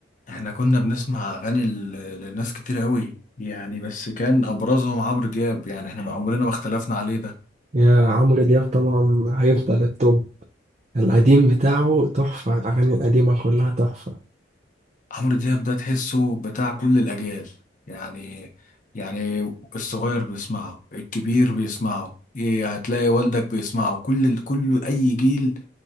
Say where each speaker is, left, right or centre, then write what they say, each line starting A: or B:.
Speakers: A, on the left; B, on the right.
A: احنا كنا بنسمع اغاني ل- لناس كتير قوي يعني بس كان ابرزهم عمرو دياب يعني احنا ما عمرنا ما اختلفنا عليه ده
B: يا عمرو دياب طبعا هيفضل التوب القديم بتاعه تحفة الأغاني القديمة كلها تحفة
A: عمرو دياب ده تحسه بتاع كل الاجيال يعني يعني الصغير بيسمعه الكبير بيسمعه إيه، هتلاقي والدك بيسمعه كل كل اي جيل